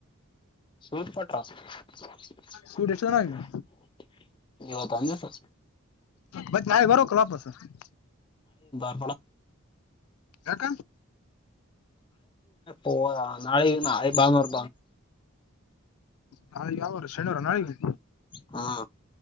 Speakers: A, on the left; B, on the left.
A: ಸೂರ್ಪಟ್ಟ <unintelligible>
B: ಸೂಟ್ ಎಷ್ಟು ಜನ ಆಗಿದೆ ಮತ್ತ ನಾವೆ ಬರೋಕಲ್ಲ <unintelligible>
A: <unintelligible>
B: ಯಾಕ
A: ನಾಳಿಗಿ ನಾಳಿಗಿ ಬಾನೋಡ
B: ನಾಳೆ ಯಾವಾರ ಶನಿವಾರ ನಾಳೆಗಿ
A: ಹಾ